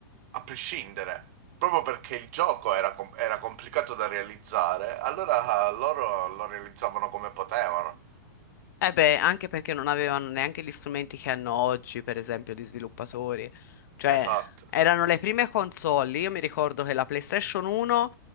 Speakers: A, on the right; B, on the left.
A: a prescindere, proprio perché il gioco era, com- era complicato da realizzare, allora ah, loro lo realizzavano come potevano.
B: Eh beh, anche perché non avevano neanche gli strumenti che hanno oggi, per esempio, gli sviluppatori. Cioè,
A: Esatto,
B: erano le prime console. Io mi ricordo che la PlayStation 1